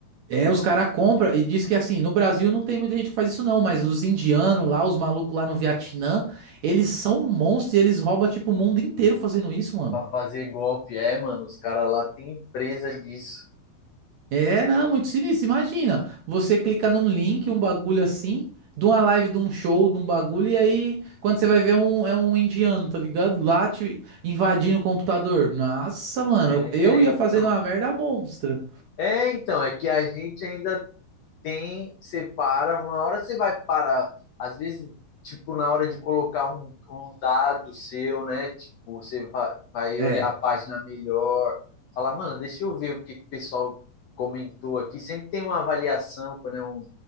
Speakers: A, on the right; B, on the left.
A: É, os caras compram e diz que assim, no Brasil não tem muita gente que faz isso não, mas os indianos lá, os malucos lá no Vietnã, eles são monstros e eles roubam tipo o mundo inteiro fazendo isso, mano.
B: pra fazer golpe. É, mano, os caras lá têm empresa disso.
A: É, não, muito sinistro. Imagina, você clica num link, um bagulho assim, de uma live, de um show, de um bagulho, e aí quando você vai ver é um, é um indiano, tá ligado? Lá te invadindo o computador. Nossa, mano,
B: É,
A: eu, eu ia
B: então.
A: fazendo uma merda monstra.
B: É, então, é que a gente ainda tem, separa. Uma hora você vai parar. Às vezes, tipo, na hora de colocar um, um dado seu, né? Tipo, você va- vai
A: É,
B: olhar a página melhor. Falar, mano, deixa eu ver o que que o pessoal comentou aqui. Sempre tem uma avaliação quando é um